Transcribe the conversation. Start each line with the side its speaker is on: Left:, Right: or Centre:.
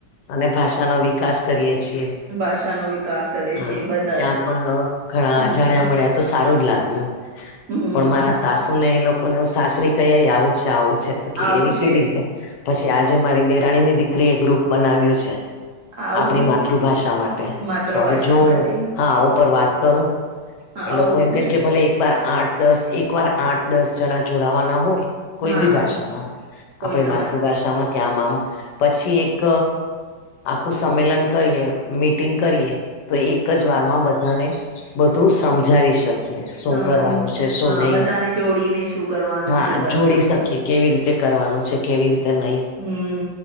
Left: અને ભાષા નો વિકાસ કરીએ છીએ.
Right: ભાષાનો વિકાસ કરે
Left: હા
Right: છે બધા
Left: ત્યાં
Right: જ
Left: પણ ઘણા
Right: હમ
Left: અજાણ્યા મળ્યા તો સારું જ એમ લાગ્યું
Right: હમ
Left: પણ મારા સાસુ ને એ લોક કોને હું સાસરી કહી આવું છે આવું છે તો
Right: આવું
Left: એવી કેવી
Right: છે
Left: રીતે પછી આજે મારી દેરાણી ની દીકરી એ ગ્રુપ બનાવ્યું છે.
Right: આવું
Left: આપડી માતૃભાષા માટે
Right: માતૃભાષા
Left: તો હવે જોહું
Right: માટે
Left: ઉપર વાત કરું
Right: હા,
Left: એ
Right: આવું
Left: લોકો એમ કે છે કે ભલે એક બાર આઠ દસ એક વાર આઠ દસ જણા જોડાવાના હોય કોઈ
Right: હા
Left: બી ભાષામાં આપડી
Right: કોઈ ના
Left: માતૃભાષામાં
Right: બસ
Left: કે આમાં માં પછી એક આખું સંમેલન કરીએ મીટિંગ કરીએ તો એક જ વારમાં બધાને બધું સમજાવી શકીએ શું
Right: સમ
Left: કરવાનું છે શું
Right: હા
Left: નઈ
Right: બધાને જોડીને શું કરવાનું
Left: હા
Right: શું કરવાનું
Left: જોડી શકીએ કેવી રીતે કરવાનું છે કેવી રીતે નઈ
Right: હમ્મ